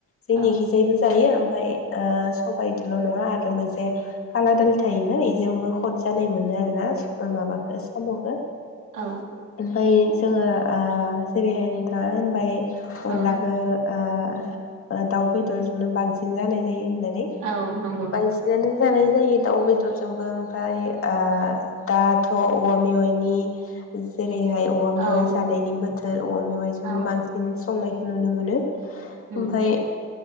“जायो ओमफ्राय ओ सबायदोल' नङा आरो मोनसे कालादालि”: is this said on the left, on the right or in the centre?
Left